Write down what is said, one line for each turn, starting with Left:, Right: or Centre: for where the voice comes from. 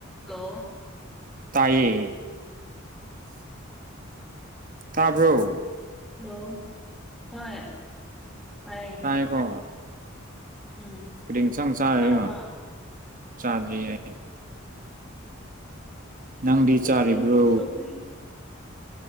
Centre: Hello.
Right: ꯇꯥꯏꯌꯦ꯫ ꯇꯥꯕ꯭ꯔꯣ꯫
Centre: Hello ꯍꯣꯏ ꯇꯥꯏꯌꯦ꯫
Right: ꯇꯥꯏꯀꯣ
Centre: ꯎꯝ
Right: ꯀꯔꯤ ꯏꯟꯁꯥꯡ
Centre: ꯆꯥꯛ
Right: ꯆꯥꯔꯦꯒ
Centre: ꯆꯥꯔꯕ
Right: ꯆꯥꯗ꯭ꯔꯤꯌꯦ ꯅꯪꯗꯤ
Centre: ꯑꯩꯈꯣꯏ
Right: ꯆꯥꯔꯤꯕ꯭ꯔꯣ꯫
Centre: ꯉꯁꯤ ꯁꯧꯒ꯭ꯔꯤ